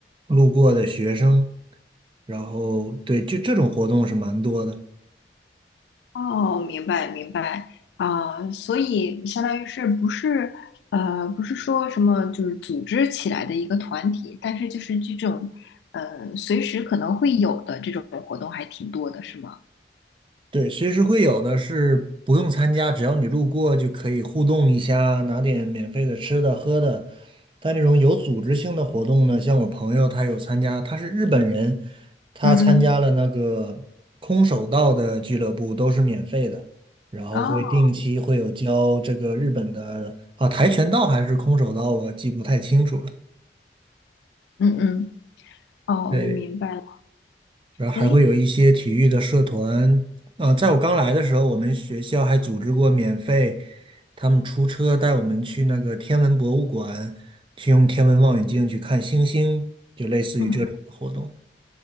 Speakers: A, on the right; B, on the left.
A: 路过的学生。然后对，就这种活动是蛮多的。
B: 哦，明白明白啊，所以相当于是不是呃不是说什么就是组织起来的一个团体，但是就是这种呃随时可能会有的这种活动还挺多的，是吗？
A: 对，随时会有的是不用参加，只要你路过就可以互动一下，拿点免费的吃的喝的。但这种有组织性的活动呢，像我朋友他有参加，他是日本人，他参加了那个空手道的俱乐部，
B: 嗯嗯，
A: 都是免费的，然后会定期会有教这个日本的啊跆拳道还是空手道，
B: 哦，
A: 我记不太清楚了。
B: 嗯嗯。哦，
A: 对，
B: 我明白了。
A: 然后还会有一些体育的社团。
B: 诶，
A: 啊、在我刚来的时候，我们学校还组织过免费，他们出车带我们去那个天文博物馆，去用天文望远镜去看星星，就类似于这种活动。
B: 嗯嗯